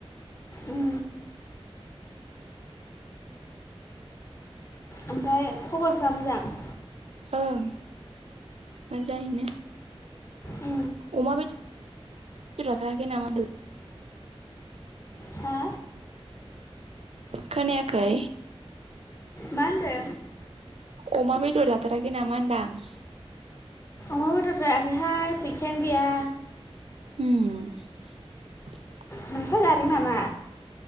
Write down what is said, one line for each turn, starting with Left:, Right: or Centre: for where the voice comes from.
Left: उम, ओमफफ्राय खबरफ्रा मोजां
Right: ओं मोजाङैनो
Left: उ
Right: अमा बेदा ना म
Left: हा
Right: खोनाखै
Left: मा होनदो
Right: अमा बेदर लाथाराखै नामा होनदां
Left: माबे ददा आओरैहाय पेसेन्ट गैया
Right: ह
Left: मोनस जादों नामा